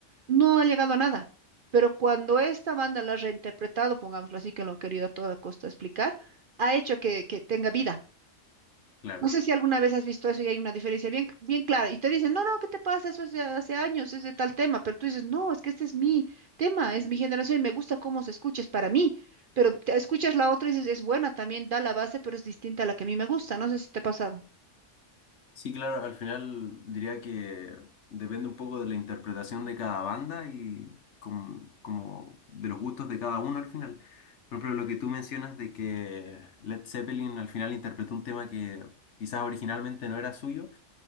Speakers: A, on the right; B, on the left.
A: no ha llegado a nada. Pero cuando esta banda la ha reinterpretado, pongámoslo así, que lo han querido a toda costa explicar, ha hecho que, que tenga vida.
B: claro.
A: No sé si alguna vez has visto eso y hay una diferencia bien, bien clara. Y te dicen, no, no, ¿qué te pasa? Eso es de hace años, es de tal tema. Pero tú dices, no, es que este es mi tema, es mi generación y me gusta cómo se escucha, es para mí. Pero te escuchas la otra y dices, es buena también, da la base, pero es distinta a la que a mí me gusta. No sé si te ha pasado.
B: Sí, claro, al final diría que depende un poco de la interpretación de cada banda y como, como de los gustos de cada uno al final. Por ejemplo, lo que tú mencionas de que Led Zeppelin al final interpretó un tema que quizás originalmente no era suyo,